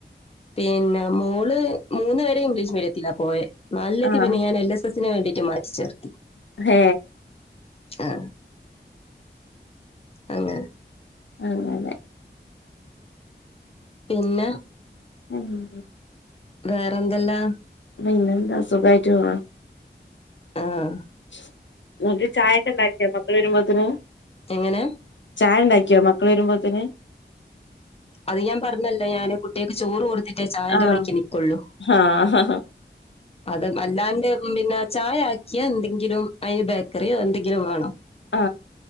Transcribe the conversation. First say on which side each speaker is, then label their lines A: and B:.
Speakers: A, on the left (about 30°); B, on the left (about 85°).
A: പിന്നെ മോള് മൂന്ന് വരെ ഇംഗ്ലീഷ് മീഡിയത്തിലാ പോയേ, നാലിലേക്ക്
B: ആഹ്
A: പിന്നെ ഞാൻഎൽ എസ് സസിന് വേണ്ടിയിട്ട് മാറ്റി ചേർത്തി.
B: ഹേ
A: ആ അങ്ങന
B: അങ്ങനെ
A: പിന്ന
B: ഉംമ്
A: വേറെ എന്തെല്ലം
B: പിന്നെന്താ സുഖായിട്ട് പോണ്.
A: ആഹ്.
B: <unintelligible> ചായക്ക ഉണ്ടാക്കിയാ മക്കൾ വരുമ്പോത്തനും
A: എങ്ങനെ
B: ചായ ഉണ്ടാക്കിയോ മക്കൾ വരുമ്പോത്തേന്
A: അത് ഞാൻ പറഞ്ഞല്ലേ ഞാന് കുട്ടിയക്ക് ചോറ് കൊടുത്തിട്ടേ ചായന്റെ
B: ആഹ്
A: വഴിക്ക് നിക്കുള്ളൂ
B: ആഹ്
A: അത് <unintelligible> പിന്നെ ചായ ആക്കിയ എന്തെങ്കിലും അയി ബേക്കറിയോ എന്തെങ്കിലും വേണം
B: ആ